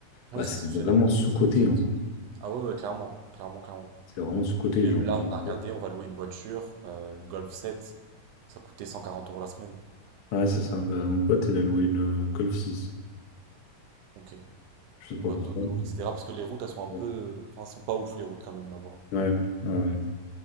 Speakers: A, on the right; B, on the left.
A: Ah
B: bah,
A: Oui, c'est
B: c'est
A: exceptionnel.
B: vraiment sous-coté,
A: C'est magnifique.
B: hein.
A: Ah ouais, ouais, clairement, clairement, clairement.
B: C'est vraiment sous-coté,
A: Même
B: les gens qui
A: là,
B: disent
A: on a regardé,
B: ça.
A: on va louer une voiture, euh, une Golf sept Ça coûtait 140 euros la semaine.
B: Ouais, c'est ça. Bah, mon pote, il a loué une euh, Golf six
A: Ok.
B: Je sais pas
A: Une boîte
B: pourquoi.
A: auto,
B: mais-
A: etc. Parce que les routes, elles sont un peu...
B: Ouais,
A: Enfin, elles sont pas ouf, les routes, quand même, là-bas.
B: ouais, ouais. ouais.